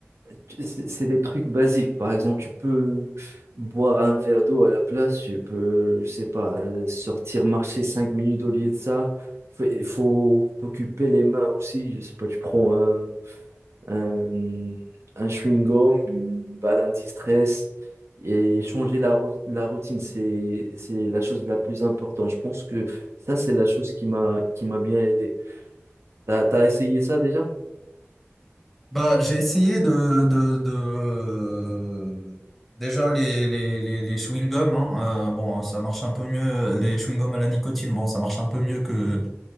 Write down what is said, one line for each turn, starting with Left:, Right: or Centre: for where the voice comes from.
Right: tu- c'est c'est des trucs basiques. Par exemple, tu peux boire un verre d'eau à la place, tu peux, je sais pas, euh, sortir marcher cinq minutes au lieu de ça. Il faut il faut t'occuper les mains aussi. Je sais pas, tu prends un, un, un chewing-gum, une balle anti-stress et changer la, rou- la routine, c'est, c'est la chose la plus importante. Je pense que ça, c'est la chose qui m'a, qui m'a bien aidé. T'as, t'as essayé ça déjà?
Centre: Bah, j'ai essayé de, de, de... Déjà, les, les, les, les chewing-gums, hein, euh, bon, ça marche un peu mieux. Les chewing-gums à la nicotine, bon, ça marche un peu mieux que,